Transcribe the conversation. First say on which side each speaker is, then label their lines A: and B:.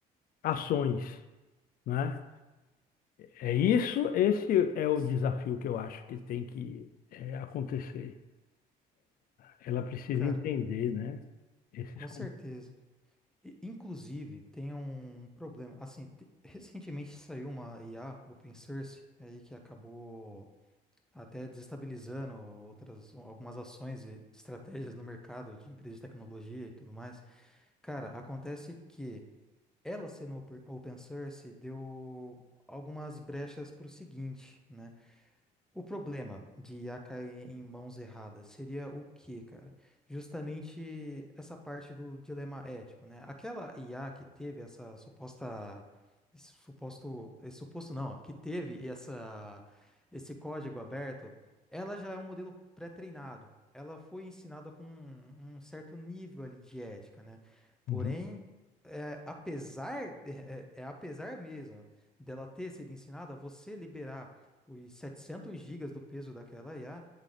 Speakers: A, on the left; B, in the centre.
A: ações, né? É É isso, esse é o desafio que eu acho que tem que eh, acontecer. Ela precisa
B: cara,
A: entender, né? Esses
B: com
A: con-
B: certeza. I- Inclusive, tem um problema. Assim, te- <laughs> recentemente saiu uma IA open source aí que acabou até desestabilizando outras algumas ações e estratégias no mercado de empresas de tecnologia e tudo mais. Cara, acontece que ela sendo open open source deu algumas brechas para o seguinte, né? O problema de a cair em mãos erradas seria o quê, cara? Justamente essa parte do dilema ético, né? Aquela IA que teve essa suposta, esse suposto, esse suposto não, que teve essa, esse código aberto, ela já é um modelo pré-treinado. Ela foi ensinada com um, um certo nível ali de ética, né? Porém,
A: Uhum.
B: é, apesar de- é é apesar mesmo dela ter sido ensinada, você liberar os 700 gigas do peso daquela IA,